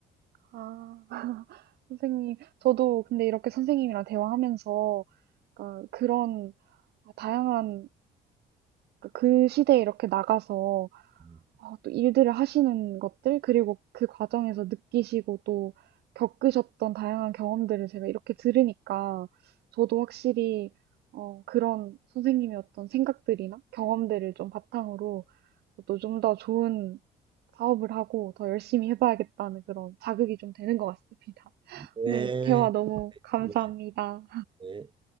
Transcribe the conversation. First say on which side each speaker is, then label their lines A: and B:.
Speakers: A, on the right (about 75°); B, on the right (about 30°).
A: 아, <laughs> 선생님, 저도 근데 이렇게 선생님이랑 대화하면서 그러니까 그런 다양한 그그 시대에 이렇게 나가서
B: 네.
A: 어, 또 일들을 하시는 것들, 그리고 그 과정에서 느끼시고 또 겪으셨던 다양한 경험들을 제가 이렇게 들으니까 저도 확실히 어, 그런 선생님의 어떤 생각들이나 경험들을 좀 바탕으로 또 좀 더 좋은 사업을 하고 더 열심히 해봐야겠다는 그런 자극이 좀 되는 것 같습니다. <laughs>
B: 네.
A: 오늘 대화 너무 감사합니다.
B: 네. 네.